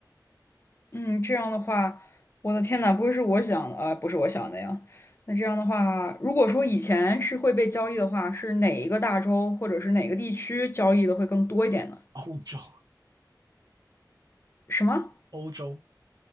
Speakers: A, on the left; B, on the right.
A: 嗯，这样的话，我的天呐，不会是我想的啊，呃不是我想的呀。那这样的话，如果说以前是会被交易的话，是哪一个大洲或者是哪个地区交易的会更多一点呢？
B: 欧洲，
A: 什么？
B: 欧洲，